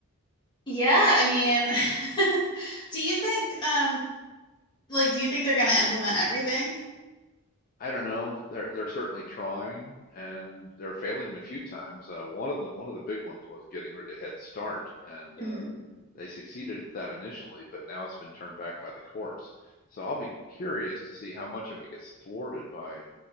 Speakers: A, on the left; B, on the left.
A: Yeah, I mean, <laughs> do you think um like do you think they're gonna implement everything?
B: I don't know. They're they're certainly trying and they're failing a few times. Uh, one of the one of the big ones was getting rid of Head Start and uh,
A: hmm
B: they succeeded at that initially, but now it's been turned back by the courts. So I'll be curious to see how much of it gets thwarted by